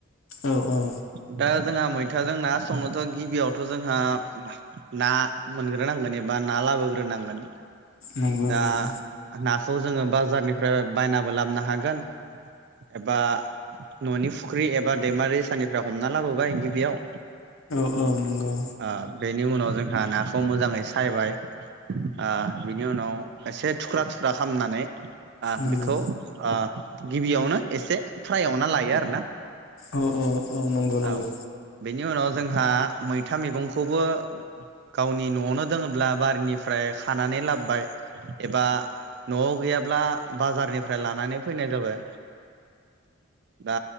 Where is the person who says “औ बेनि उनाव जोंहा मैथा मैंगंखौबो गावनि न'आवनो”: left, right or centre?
Right